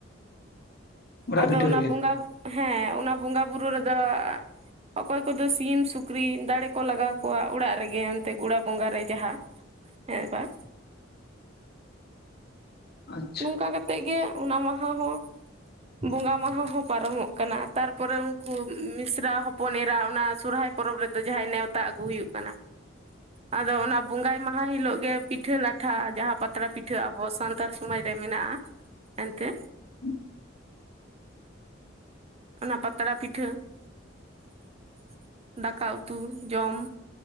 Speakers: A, on the left (about 55°); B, on the right (about 30°).
A: ᱚᱲᱟᱜ
B: ᱟᱫᱚ
A: ᱵᱷᱤᱴᱟᱹ
B: ᱚᱱᱟ
A: ᱨᱮᱜᱮ
B: ᱵᱚᱸᱜᱟ ᱦᱮᱸ ᱚᱱᱟ ᱵᱚᱸᱜᱟ ᱵᱩᱨᱩ ᱨᱮᱫᱚ ᱚᱠᱚᱭ ᱠᱚᱫᱚ ᱥᱤᱢ ᱥᱩᱠᱨᱤ ᱫᱟᱲᱮ ᱠᱚ ᱞᱟᱜᱟᱣ ᱠᱚᱣᱟ ᱚᱲᱟᱜ ᱨᱮᱜᱮ ᱮᱚᱱᱛᱮ ᱜᱚᱲᱟ ᱵᱚᱸᱜᱟ ᱨᱮ ᱡᱟᱦᱟᱸ ᱦᱮᱸ ᱵᱟᱝ
A: ᱟᱪᱪᱷᱟ
B: ᱱᱚᱝᱠᱟ ᱠᱟᱛᱮᱜ ᱜᱮ ᱚᱱᱟ ᱢᱟᱦᱟ ᱦᱚᱸ ᱵᱚᱸᱜᱟ ᱢᱟᱦᱟ ᱦᱚᱸ ᱯᱟᱨᱚᱢᱚᱜ ᱠᱟᱱᱟ ᱛᱟᱨᱯᱚᱨᱮ ᱩᱱᱠᱩ ᱢᱤᱥᱨᱟ ᱦᱚᱯᱚᱱ ᱮᱨᱟ ᱚᱱᱟ ᱥᱚᱨᱦᱟᱭ ᱯᱚᱨᱚᱵᱽ ᱨᱮᱫᱚ ᱡᱟᱦᱟᱸᱭ ᱱᱮᱣᱛᱟ ᱟᱹᱜᱩ ᱦᱩᱭᱩᱜ ᱠᱟᱱᱟ ᱟᱫᱚ ᱚᱱᱟ ᱵᱚᱸᱜᱟᱭ ᱢᱟᱦᱟ ᱦᱤᱞᱳᱜ ᱜᱮ ᱯᱤᱴᱷᱟᱹ ᱞᱟᱴᱷᱟ ᱡᱟᱦᱟᱸ ᱯᱟᱛᱲᱟ ᱯᱤᱴᱷᱟᱹ ᱟᱵᱚ ᱥᱟᱱᱛᱟᱲ ᱥᱚᱢᱟᱡᱽ ᱨᱮ ᱢᱮᱱᱟᱜᱼᱟ ᱮᱱᱛᱮ
A: ᱦᱮ <inaudible> <unintelligible>
B: ᱚᱱᱟ ᱯᱟᱛᱲᱟ ᱯᱤᱴᱷᱟᱹ <inaudible> ᱫᱟᱠᱟ ᱩᱛᱩ ᱡᱚᱢ